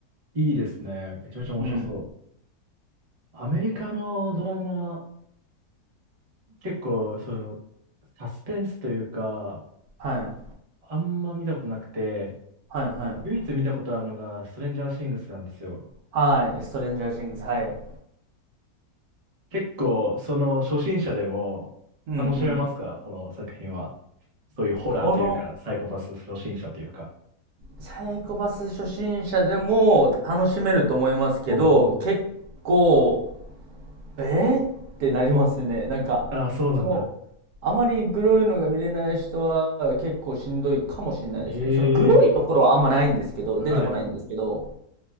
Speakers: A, on the right (about 35°); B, on the right (about 75°).
A: いいですね。めちゃめちゃ面白そう。
B: うん。
A: アメリカのドラマ、結構、その、サスペンスというか、
B: はい。
A: あんま見たことなくて、
B: はい、はい。
A: 唯一見たことあるのが、ストレンジャーシングスなんですよ。
B: はい。ストレンジャーシングス、はい。
A: 結構、その初心者でも楽しめますかこの作品は。
B: うん、うん。
A: そういうホラーというか、
B: この、
A: サイコパス初心者というか。
B: サイコパス初心者でも楽しめると思いますけど、
A: おー。
B: 結構、えー、ってなりますね。なんか、
A: ああ、そうなんだ。
B: その、あまりグロいのが見れない人は結構しんどいかもしれないですね。
A: ええ
B: そのグロいところはあんまないんですけど、
A: はい。
B: 出てこないんですけど、